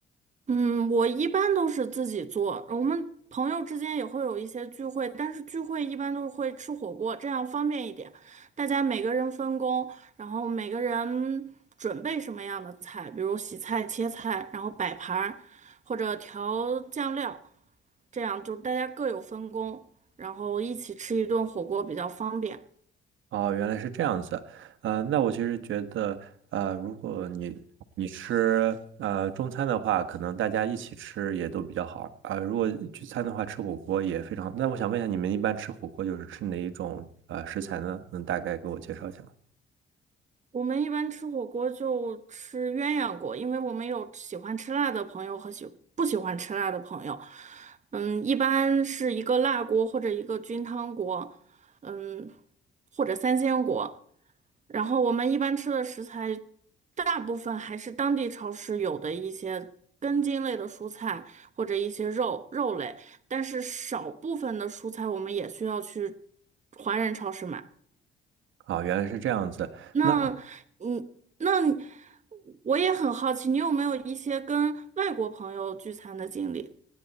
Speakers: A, on the right (about 35°); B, on the right (about 75°).
A: 嗯，我一般都是自己做，我们朋友之间也会有一些聚会，但是聚会一般都会吃火锅，这样方便一点。大家每个人分工，然后每个人准备什么样的菜，比如洗菜、切菜，然后摆盘儿，或者调酱料，这样就大家各有分工，然后一起吃一顿火锅比较方便。
B: 哦，原来是这样子，呃，那我其实觉得，呃，如果你你吃呃中餐的话，可能大家一起吃也都比较好，呃，如果聚餐的话，吃火锅也非常。那我想问一下，你们一般吃火锅就是吃哪一种呃食材呢？能大概给我介绍一下吗？
A: 我们一般吃火锅就吃鸳鸯锅，因为我们有喜欢吃辣的朋友和喜不喜欢吃辣的朋友。嗯，一般是一个辣锅或者一个菌汤锅，嗯，或者三鲜锅。然后我们一般吃的食材，大部分还是当地超市有的一些根茎类的蔬菜或者一些肉肉类，但是少部分的蔬菜我们也需要去华人超市买。
B: 啊，原来是这样子。
A: 那嗯，
B: 那。
A: 那你我也很好奇，你有没有一些跟外国朋友聚餐的经历？